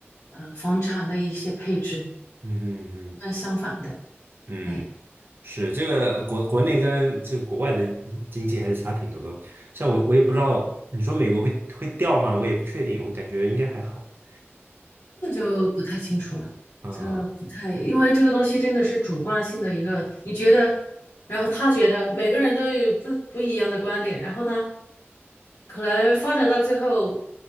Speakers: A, on the left; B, on the right.
A: 呃房产的一些配置，
B: 嗯哼嗯哼
A: 那相反的，
B: 嗯。
A: 对。
B: 是这个国国内跟这个国外的经济还是差挺多的。像我，我也不知道，你说美国会会掉吗？我也不确定，我感觉应该还好。
A: 这就不太清楚了，
B: 嗯，
A: 这不太，因为这个东西真的是主观性的一个，你觉得，然后他觉得，每个人都有不不一样的观点，然后呢，可能发展到最后